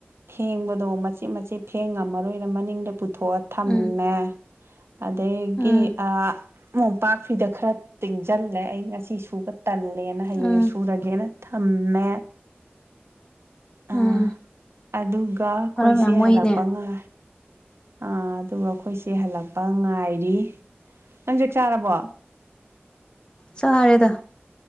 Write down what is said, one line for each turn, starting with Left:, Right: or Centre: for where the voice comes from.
Right: ꯐ ꯑꯗꯣ ꯃꯆꯦꯠ ꯃꯆꯦꯠ ꯐꯦꯡ ꯉꯝꯃꯔꯣꯏꯅ ꯃꯅꯤꯡꯗ ꯄꯨꯊꯣꯛꯑ ꯊꯝꯃꯦ
Left: ꯎꯝ
Right: ꯑꯗꯒꯤ
Left: ꯎꯝ
Right: ꯅꯣꯝꯄꯥꯛ ꯐꯤꯗ ꯈꯔ ꯇꯤꯡꯁꯤꯜꯂꯦ ꯑꯩ ꯉꯁꯤ ꯁꯨꯕ ꯇꯜꯂꯦꯅ ꯍꯌꯦꯡ
Left: ꯎꯝ
Right: ꯁꯨꯔꯒꯦꯅ ꯊꯃꯦ ꯑꯥ
Left: ꯎꯝ
Right: ꯑꯗꯨꯒ ꯑꯩꯈꯣꯏꯁꯦ
Left: ꯃꯔꯝ ꯌꯥꯝ ꯃꯣꯛꯏꯅꯦ
Right: ꯍꯜꯂꯛꯄ ꯉꯥꯏ ꯑꯥ ꯑꯗꯨꯒ ꯑꯩꯈꯣꯏꯁꯦ ꯍꯜꯂꯛꯄ ꯉꯥꯏꯔꯤ ꯅꯪ ꯆꯛ ꯆꯥꯔꯕꯣ
Left: ꯆꯔꯦꯗ